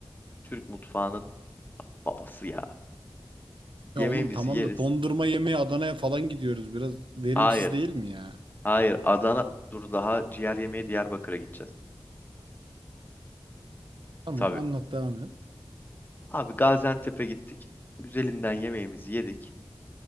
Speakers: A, on the left; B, on the right.
A: Türk mutfağının Babası ya. Yemeğimizi
B: Ya oğlum tamam
A: yeriz.
B: da dondurma yemeye Adana'ya falan gidiyoruz. Biraz verimsiz
A: Hayır.
B: değil mi ya?
A: Hayır. Adana. Dur daha ciğer yemeye Diyarbakır'a gideceğiz.
B: Tamam
A: E, tabii.
B: anlat devam et.
A: Abi Gaziantep'e gittik. Güzelinden yemeğimizi yedik.